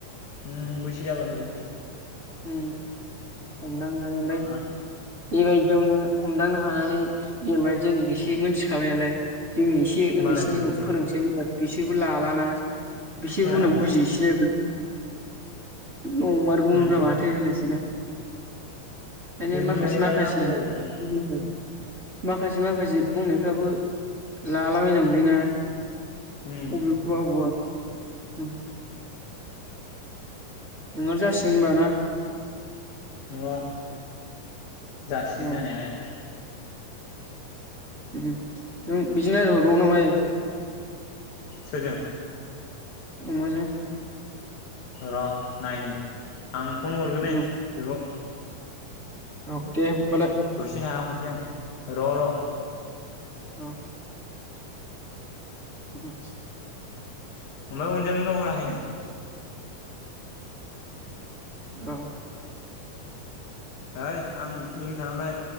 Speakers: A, on the left; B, on the right.
A: उम बैसो जाबासो।
B: उम हमदांनो हायो ओमफाय
A: मा
B: बेबायदियावनो हमदांनो हानानै जेनेबा जों एसे मोनथिखाबाय नालाय जोंनि एसे ओन्दैसिनिखौ
A: मालायखौ बुजायसै
B: फोरोंसै बिसोरबो लालाना बिसोरबो उनाव
A: हाला
B: बुजिहैसैलाय आरो। ओ नंमारगौमोन
A: उम
B: बा माथो होनलायसै ना? ओंखायनो
A: बेंथल
B: माखासे
A: मोखै
B: माखासे
A: दा जाम्बा जाजोब्बाय
B: <unintelligible> माखासे माखासे बुंनायफ्राबो लालाबायनांगौलैना?
A: उम
B: अबिखौबा अबबा ओं। नोंनाव जासिगोन होनबा ना?
A: नङा, जासिगोन
B: औ
A: जानायालाय।
B: ओं, नों बिजों रायलायहरबावो ना मायो?
A: सोरजों?
B: अमा जों।
A: र' नायनि आं फन हरग्रोनाय
B: औ
A: बेखौ।
B: औ दे होमबालाय
A: दसे थाना हरनोसै आं र' र'।
B: औ। उम।
A: ओमफाय अनजालिनाव हराखै नों?
B: औ।
A: ओइ आं इन खालामबाय।